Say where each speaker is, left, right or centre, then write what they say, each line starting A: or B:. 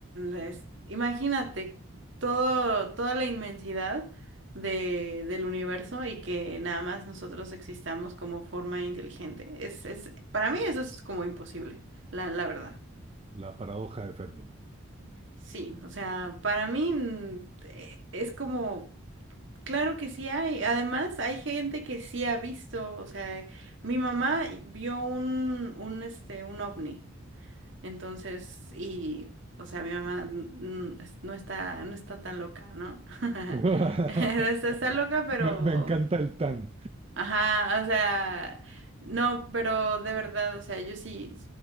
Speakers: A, on the right (about 60°); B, on the right (about 30°).
A: es- imagínate todo, toda la inmensidad de, del universo y que nada más nosotros existamos como forma inteligente. Es, es, para mí eso es como imposible, la, la verdad.
B: la paradoja de Fermi.
A: Sí, o sea, para mí mm, eh, es como, claro que sí hay. Además, hay gente que sí ha visto, o sea, mi mamá vio un, un, este, un ovni. Entonces, y, o sea, mi mamá n- n- no está, no está tan loca, ¿no? <laughs>
B: <laughs>
A: Está, está loca, pero,
B: Me, me encanta el tan.
A: ajá, o sea, no, pero de verdad, o sea, yo sí,